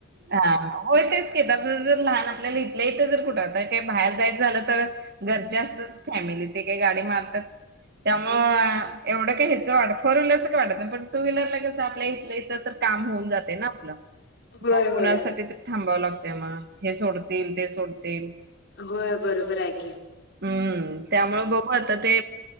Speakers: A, on the right; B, on the left.
A: हा होय तेच कि आता ज लहान आपल्याला इथलं इथं जर कुठ आ का बाहेर जायचं झाल. तर घरचे असतात. फॅमिली ते काही गाडी मारतात त्या. होय एवढं काही ह्याचं वाटत फोर व्हीलरच का वाढत नाही पण टू व्हीलर लगच आपल्या इथल्या इथं तर काम होऊन जातय ना आपलं.
B: होय
A: मग कोणासाठी?
B: होय
A: थांबावं लागतंय मग. हे सोडतील ते सोडतील.
B: होय बरोबर हाय की,
A: हम्म त्यामुळे बघू आता ते